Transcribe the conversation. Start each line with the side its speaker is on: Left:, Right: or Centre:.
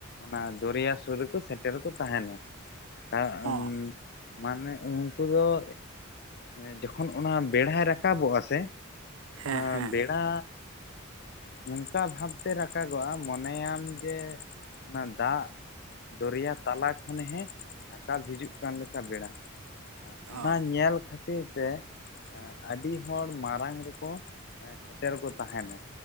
Left: ᱚᱱᱟ ᱫᱚᱨᱭᱟ ᱥᱩᱨ ᱨᱮᱠᱚ ᱥᱮᱴᱮᱨ ᱠᱚ ᱛᱟᱦᱮᱱᱟ᱾ ᱟ‌ᱩᱢ
Right: ᱚ
Left: ᱢᱟᱱᱮ ᱩᱝᱠᱩ ᱫᱚ ᱮ ᱡᱚᱠᱷᱚᱱ ᱚᱱᱟ ᱵᱮᱲᱦᱟᱭ ᱨᱟᱠᱟᱵᱚᱜᱼᱟ ᱥᱮ
Right: ᱦᱮᱸ
Left: ᱚᱱᱟ
Right: ᱦᱮᱸ
Left: ᱵᱮᱲᱟ ᱱᱚᱝᱠᱟ ᱵᱷᱟᱵᱛᱮ ᱨᱟᱠ ᱠᱟᱜᱚᱜᱼᱟ, ᱢᱚᱱᱮᱭᱟᱢ ᱡᱮ ᱚᱱᱟ ᱫᱟᱜ ᱫᱚᱨᱭᱟ ᱛᱟᱞᱟ ᱠᱷᱚᱱ ᱦᱮᱸ ᱨᱟᱠᱟᱵ ᱦᱤᱡᱩᱜ ᱠᱟᱱ ᱞᱮᱠᱟ ᱵᱮᱲᱟ᱾
Right: ᱚ
Left: ᱚᱱᱟ ᱧᱮᱞ ᱠᱷᱟᱛᱤᱨ ᱛᱮ ᱟᱹᱰᱤ ᱦᱚᱲ ᱢᱟᱨᱟᱝ ᱨᱮᱠᱚ ᱥᱮᱴᱮᱨ ᱠᱚ ᱛᱟᱦᱮᱱᱟ᱾